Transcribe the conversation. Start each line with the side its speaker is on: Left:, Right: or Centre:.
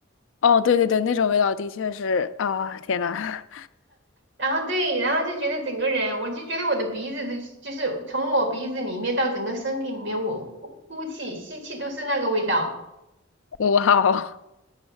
Left: 哦，对对对，那种味道的确是啊，天呐，
Right: 然后对，然后就觉得整个人，我就觉得我的鼻子就是就是从我鼻子里面到整个身体里面，我呼呼气、吸气都是那个味道。
Left: <laughs> 哇哦，